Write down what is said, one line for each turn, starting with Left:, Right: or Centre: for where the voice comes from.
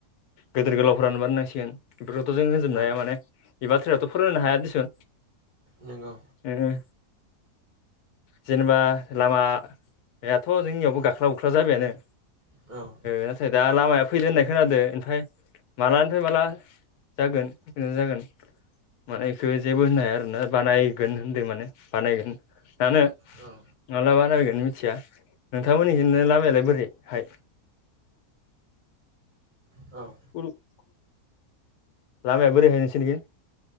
Left: गेदेर गोलावफोरानो बानायनांसिगोन बेफोरखौथ' जों होनजोबनो
Right: औ
Left: हाया माने बे बाथ्रायावथ' फोरोंनो हाया दिसुन
Right: नंगौ
Left: उम जेनेबा लामायाथ' जोंनियावबो गाख्ला गुख्ला जाबायानो
Right: औ
Left: नाथाय दा लामाया फैदो होननाय खोनादों ओमफ्राय मालानिफ्राय माला जागोन नोंथां जागोन माने बेखौ जेबो होननो हाया आरोना बानायगोन होनदों माने बानायगोन दानो
Right: औ
Left: माला बानायगोन मिथिया नोंथांमोननिजोंनो लामायालाय बोरैहाय
Right: औ
Left: <unintelligible> लामाया बोरैहाय नोंसोरनिखै